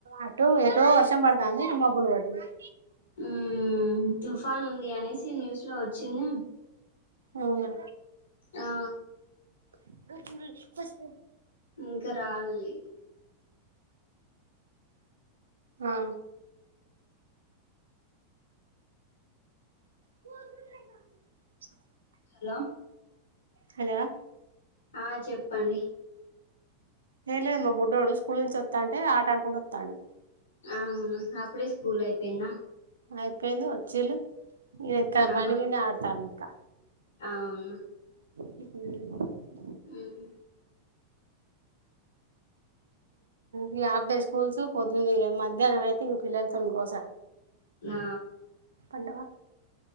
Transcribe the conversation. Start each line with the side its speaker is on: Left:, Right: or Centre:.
Right: అటో ఎటో వర్షం పడతాంది ఇటు మబ్బులు పట్టినయి
Left: ఉ తుఫాన్ ఉంది అనేసి న్యూస్ లో వచ్చింది
Right: అవునా
Left: ఆ
Right: <unintelligible> ఫస్ట్
Left: ఇంకా రాలేద్
Right: ఆ పో
Left: హలో
Right: హలో
Left: ఆ చెప్ చెప్పండి.
Right: ఏం లేదు మా బుడ్డోడు స్కూల్ నుంచి వత్తాంటే ఆట ఆడుకుంటూ వత్తాండు.
Left: అవును అప్పుడే స్కూల్ అయిపోయిందా.
Right: అయిపోయింది వచ్చిళ్ళు. ఇదిక్కడ
Left: ఆహా
Right: బండి మీదనే ఆడతాండు. కా
Left: అవును
Right: ఊ
Left: ఊహు
Right: ఇగ హాఫ్ డే స్కూల్సు. పొద్దున్నే ఇగ మధ్యాహ్నం అయితే ఈ పిల్లలతోన్ గోసా.
Left: ఆ
Right: ఉండవా